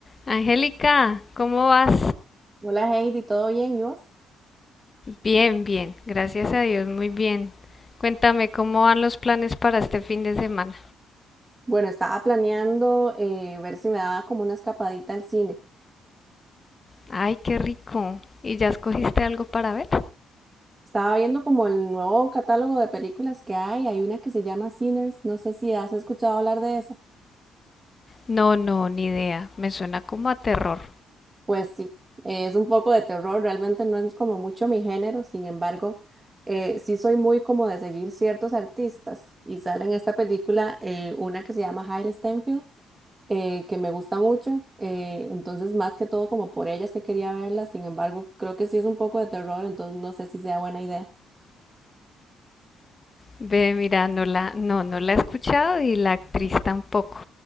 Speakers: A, on the left; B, on the right.
A: Angélica, ¿cómo vas?
B: Hola Heidi, ¿todo bien? ¿Y vos?
A: Bien, bien, gracias a Dios, muy bien. Cuéntame cómo van los planes para este fin de semana.
B: Bueno, estaba planeando eh, ver si me daba como una escapadita al cine.
A: Ay, qué rico. ¿Y ya escogiste algo para ver?
B: Estaba viendo como el nuevo catálogo de películas que hay. Hay una que se llama Sinners. No sé si has escuchado hablar de esa.
A: No, no, ni idea. Me suena como a terror.
B: Pues sí, eh, es un poco de terror. Realmente no es como mucho mi género. Sin embargo, eh, sí soy muy como de seguir ciertos artistas. Y sale en esta película eh, una que se llama Hailee Steinfeld eh, que me gusta mucho. eh, entonces, más que todo, como por ellas que quería verlas. Sin embargo, creo que sí es un poco de terror, entonces no sé si sea buena idea.
A: Ve, mira, no la, no, no la he escuchado y la actriz tampoco.